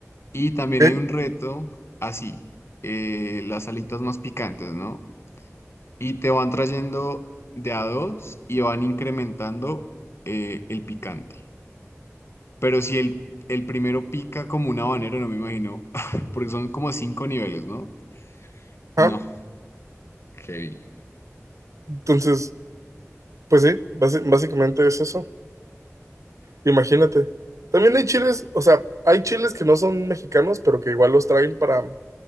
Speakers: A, on the left; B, on the right.
A: Y también
B: Ok,
A: hay un reto así, eh, las alitas más picantes, ¿no? Y te van trayendo de a dos y van incrementando eh, el picante. Pero si el, el primero pica como un habanero, no me imagino, <laughs> porque son como cinco niveles, ¿no?
B: ajá.
A: No, heavy.
B: Entonces, Pues sí, basi- básicamente es eso. Imagínate. También hay chiles, o sea, hay chiles que no son mexicanos, pero que igual los traen para,